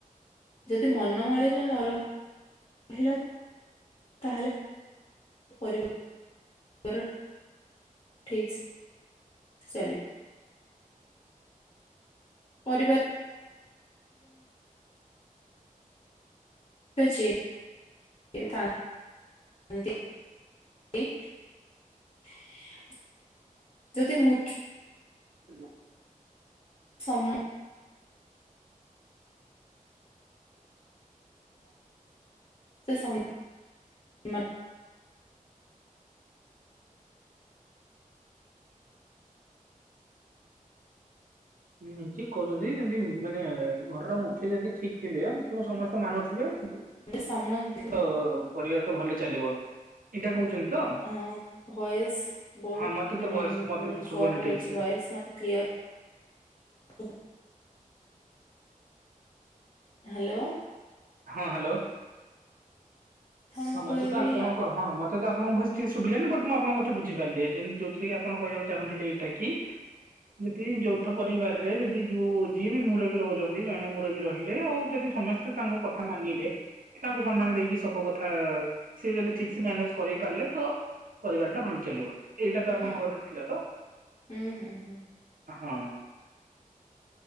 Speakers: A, on the left; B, on the right.
A: ଯଦି ମନମାଳିନ ନ ରହେ ରହିଲା ତାହେଲେ କରିବ <unintelligible> ଠିକସ୍ ଚାଲି ପରିବାରର ଚାଲିଛି <unintelligible> <unintelligible> ଯଦି ମୁଖ୍ୟ
B: ହ
A: ସମ୍ <unintelligible> ସେ ସମ୍ ମ
B: ହୁଁ ଠିକ କହୁଛନ୍ତି ଯେମିତି ମାନେ ଘରର ମୁଖ୍ୟ ଯଦି ଠିକ ଥିବେ ମୁଖ୍ୟ ସମସ୍ତେ ମାନୁଥିବେ ତ
A: ସମସ୍ତ
B: ପରିବାର ତ ଭଲ ଚାଲିବ। ଏଇଟା କହୁଛନ୍ତି ତ?
A: ଅ ଭଏସ ବହୁତ
B: ହଁ ମତେ
A: ମାନେ
B: ତ ଭଏସ ମତେ ତ ଶୁଭୁନି
A: କଟ
B: ଠିକ
A: ହଉଛି
B: ସେ।
A: ଭଏସ <unintelligible> ମତେ କ୍ଲିୟର ହ୍ୟାଲୋ।
B: ହଁ ହ୍ୟାଲୋ
A: ମୁଁ
B: ହଁ ମତେ
A: କହିଲି
B: ତ ଆପଣଙ୍କ ହଁ ମତେ ତ ଆପ ଆପଣଙ୍କ ଭଏସ୍ ଠିକ୍ ସେ ଶୁଭିଲାନି ବଟ୍ ମୁଁ ଆପଣଙ୍କ କଥା ବୁଝିପାରିଲି ଯେମିତିକି କିପଣ କହିବାକୁ ଚାହୁଁଥିଲେ ଏଇଟା କି ଯଦି ଯୌଥ ପରିବାରରେ ଯଦି ଯୋଉ ଯିଏ ବି ମୁରବି ରହୁଛନ୍ତି ଜଣେ ମୁରବି ରହିଲେ ଆଉ ଯଦି ସମସ୍ତେ ତାଙ୍କ କ କଥା ମାନିଲେ ତାଙ୍କୁ ସମ୍ମାନ ଦେଇକି ସବୁ କଥା ସେ ଯଦି ଠିକ୍ ସେ ମ୍ୟାନେଜ କରେଇ ପାରିଲେ ତ ପରିବାର ଟା ଭଲ ଚାଲିବ ଏଇଟା ତ
A: ହୁଁ
B: ଆପଣଙ୍କ ରଖଥିଲା ତ।
A: ହୁଁ ହୁଁ ହୁଁ।
B: ହଁ।